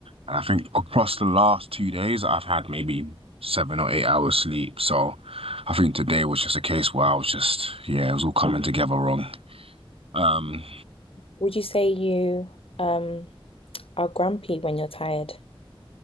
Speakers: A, on the right (about 80°); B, on the left (about 75°).
A: And I think across the last two days, I've had maybe seven or eight hours sleep. So I think today was just a case where I was just, yeah, it was all coming together wrong. Um,
B: Would you say you um are grumpy when you're tired?